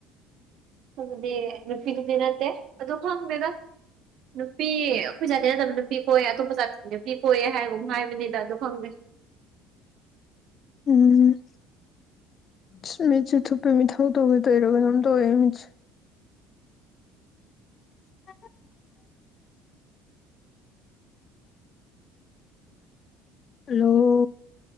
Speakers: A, on the right; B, on the left.
A: ꯑꯗꯨꯗꯤ ꯅꯨꯡꯁꯤꯕꯗꯤ ꯅꯠꯇꯦ ꯑꯗꯨ ꯈꯪꯗꯦꯗ ꯅꯨꯄꯤ ꯑꯩꯈꯣꯏ ꯖꯥꯇꯤ ꯅꯠꯇꯕ ꯅꯨꯄꯤ ꯀꯣꯏꯌꯦ ꯑꯇꯣꯞꯄ ꯖꯥꯇꯤꯒꯤ ꯅꯨꯄꯤ ꯀꯣꯏꯌꯦ ꯍꯥꯏꯔꯒ ꯑꯃꯨꯛ ꯍꯥꯏꯕꯅꯤꯗ ꯑꯗꯨ ꯈꯪꯗꯦ
B: ꯎꯝ ꯁ ꯃꯤꯠꯁꯨ ꯊꯨꯞꯄꯦ ꯃꯤꯊꯧ ꯇꯧꯕꯩ ꯇꯧꯏꯔ ꯀꯩꯅꯣꯝ ꯇꯧꯋꯦ ꯃꯤꯠꯁ <inaudible> ꯍꯜꯂꯣ